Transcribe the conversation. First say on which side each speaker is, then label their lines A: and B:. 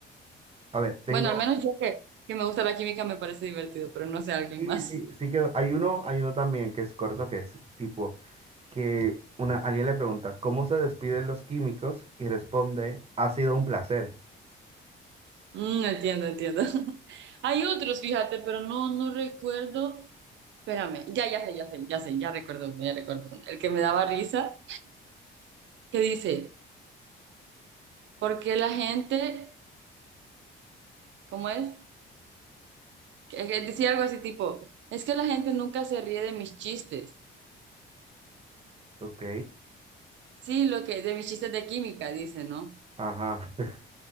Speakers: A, on the right; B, on the right.
A: A ver, tengo.
B: Bueno, al menos yo que, que me gusta la química me parece divertido, pero no sé alguien
A: Sí,
B: más.
A: sí, sí que hay uno, hay uno también que es corto, que es tipo que una alguien le pregunta ¿cómo se despiden los químicos? Y responde, ha sido un placer.
B: Mm, entiendo, entiendo. <laughs> Hay otros, fíjate, pero no, no recuerdo. Espérame, ya, ya sé, ya sé, ya sé, ya recuerdo, uno, ya recuerdo. uno. El que me daba risa, que dice, ¿por qué la gente, cómo es? Que, que decía algo así tipo, es que la gente nunca se ríe de mis chistes.
A: Ok,
B: Sí, lo que de mis chistes de química dice, ¿no?
A: ajá. <laughs>